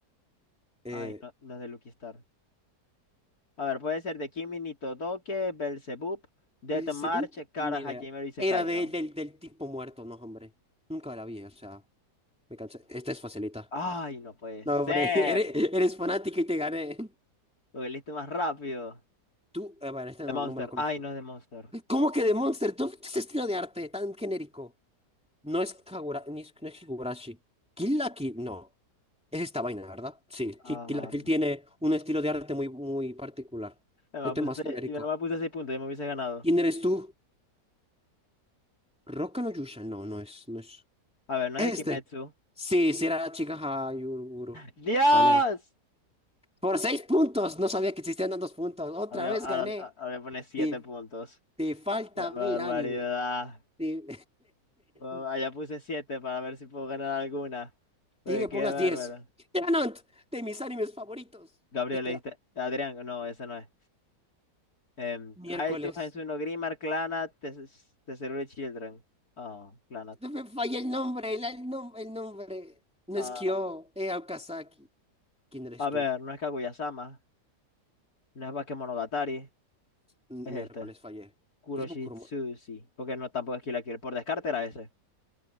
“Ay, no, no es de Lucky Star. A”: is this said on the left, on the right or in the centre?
Left